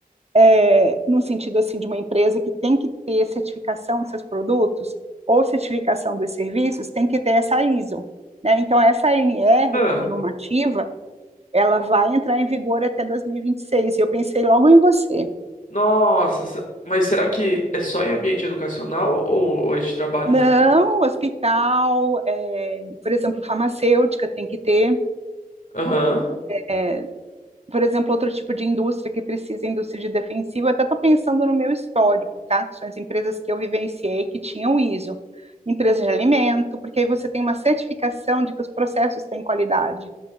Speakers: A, on the right; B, on the left.
A: é, no sentido assim de uma empresa que tem que ter certificação dos seus produtos ou certificação dos serviços, tem que ter essa ISO. Né? Então, essa ANR,
B: Ah,
A: que é uma normativa, ela vai entrar em vigor até dois mil e e vinte e seis. E eu pensei logo em você,
B: nossa, se- mas será que é só em ambiente educacional ou, ou é de trabalho
A: Não,
B: também?
A: hospital, eh, por exemplo, farmacêutica tem que ter,
B: Aham,
A: é, por exemplo, outro tipo de indústria que precisa, indústria de defensivo, eu até estou pensando no meu histórico, tá? Que são as empresas que eu vivenciei que tinham ISO, empresas de alimento, porque aí você tem uma certificação de que os processos têm qualidade.